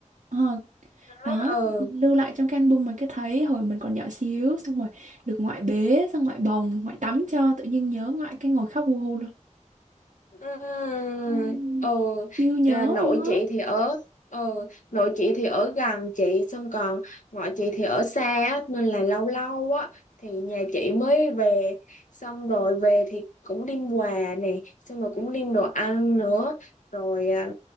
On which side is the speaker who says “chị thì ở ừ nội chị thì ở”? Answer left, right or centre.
Left